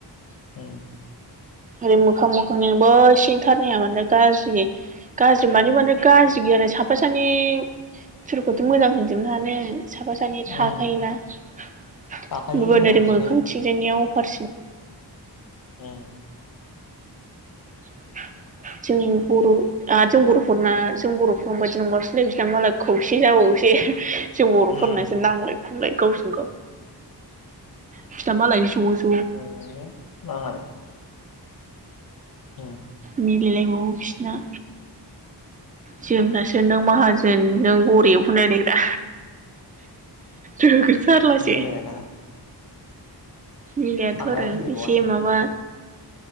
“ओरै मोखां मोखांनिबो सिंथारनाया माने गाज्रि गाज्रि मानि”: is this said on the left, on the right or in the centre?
Right